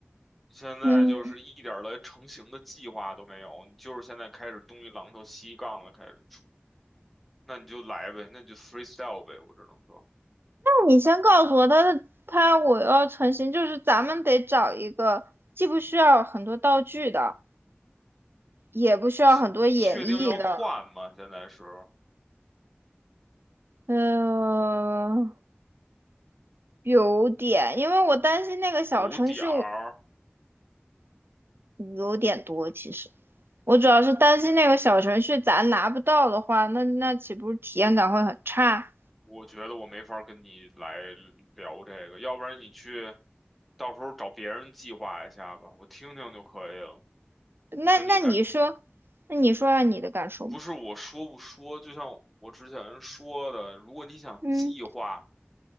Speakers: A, in the centre; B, on the right.
A: 现在就是一点儿来成型的计划都没有，
B: 嗯，那
A: 你就是现在开始东一榔头西一杠了，开始。那你就来呗，那你就 freestyle 呗，我只能说，
B: 你先告诉我他的他我要成型，就是咱们得找一个既不需要很多道具的，也不需要很多演绎的，
A: 你你确定要换吗？现在是
B: 嗯，有点，因为我担心那个小程序，
A: 有点儿，
B: 有点多，其实我主要是担心那个小程序咱拿不到的话，那那岂不是体验感会很差？
A: 我觉得我没法跟你来聊这个，要不然你去，到时候找别人计划一下吧，我听听就可以了。
B: 那那你说，
A: 我跟你感，
B: 那你说下你的感受吧。
A: 不是我说不说，就像我之前说的，如果你想计划
B: 嗯